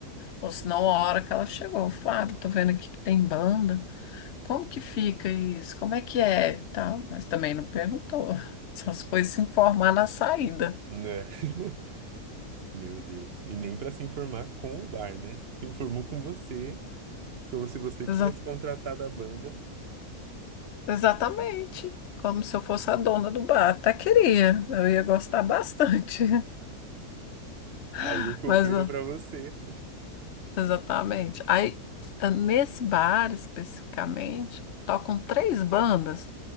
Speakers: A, on the left (about 55°); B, on the right (about 50°).
A: Ou senão, a hora que ela chegou, Flávio, tô vendo aqui que tem banda. Como que fica isso? Como é que é? Tal, mas também não perguntou. <laughs> Só se foi se informar na saída.
B: né? <laughs> Meu Deus. E nem pra se informar com o bar, né? Se informou com você, como se você
A: Exa-
B: tivesse contratado a banda.
A: exatamente. Como se eu fosse a dona do bar. Até queria. Eu ia gostar bastante.
B: Aí
A: <laughs>
B: o cover
A: Mas
B: é pra você.
A: Exatamente. Aí, eh, nesse bar especificamente, tocam três bandas.